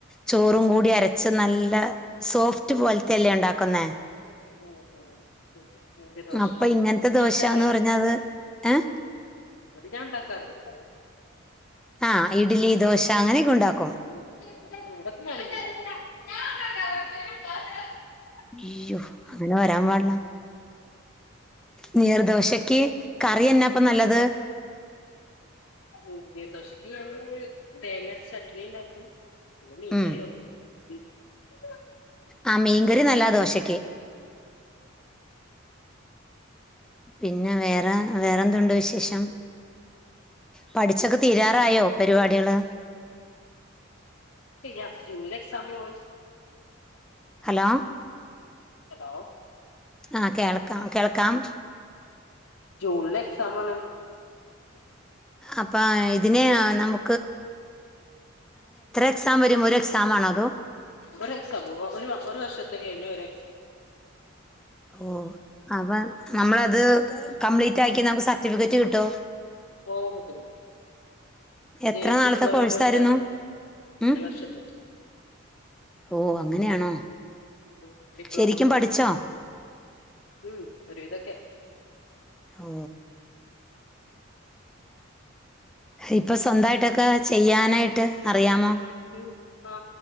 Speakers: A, in the centre; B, on the left.
A: ചോറും കൂടി അരച്ച് നല്ല സോഫ്റ്റ് പോലത്തെല്ലേ ഉണ്ടാക്കുന്നേ.
B: ഉം, ഉം. എനിക്ക് ദോശ
A: അപ്പ
B: അത്
A: ഇങ്ങനത്തെ
B: ഞാൻ
A: ദോശാന്ന്
B: ഉണ്ടാക്കാറില്ല
A: പറഞ്ഞത് ഏയ്
B: അത് ഞാ ഉണ്ടാക്കാറി <unintelligible>
A: ആ ഇഡ്ലി ദോശ അങ്ങനെയക്കെ ഉണ്ടാക്കും
B: ഉം <inaudible>
A: യ്യോ അങ്ങനെ വരാൻ പാട്ല്ലാ നീർദോശക്ക് കറി എന്ന എന്നാപ്പ നല്ലത്
B: <unintelligible> ദോശക്ക് <unintelligible> തേങ്ങ അരച്ച് ചട്നി ഉണ്ടാക്കും പിന്നെ മീൻ
A: ഉം
B: കറിയും ഉണ്ട് <unintelligible>
A: ആ മീൻകറി നല്ലതാ ദോശക്ക് പിന്നെ വേറെ വേറെന്തുണ്ട് വിശേഷം പഠിച്ചൊക്കെ തീരാറായോ പരിപാടികള്
B: പിന്നെ ജൂണില് എക്സാമാണ്
A: ഹലോ
B: ഹലോ
A: ആ കേൾക്കാം കേൾക്കാം
B: ജൂണില് എക്സാമാണ്
A: അപ്പ ഇതിന് നമ്മ എക്സാം വരും ഒരു എക്സാം ആണോ അതോ
B: ഒരക്സാം ഒരു ഒരു വർഷത്തെ <unintelligible>
A: ഓ അപ്പ നമ്മളത് കംപ്ലീറ്റ് ആക്കി നമക്ക് സ ട്ടിഫിക്കറ്റ് കിട്ടോ
B: ഓ കിട്ടും കിട്ടും
A: എത്ര
B: ഏ
A: നാളത്തെ
B: ഡിപ്ലോമ
A: കോഴ്സായിരുന്നു
B: കോഴ്സാണ്
A: ഉം
B: ഒരു വർഷത്തെ
A: ഓ അങ്ങനെയാണോ
B: ഉം ഡിപ്ലോമ
A: ശരിക്കും
B: കോഴ്സാണ്
A: പഠിച്ചോ
B: ഉം ഒരു വിധോക്കെ
A: ഓ ഇപ്പ സ്വന്തായിട്ടൊക്കെ ചെയ്യാനായിട്ട് അറിയാമോ?
B: <unintelligible> ആ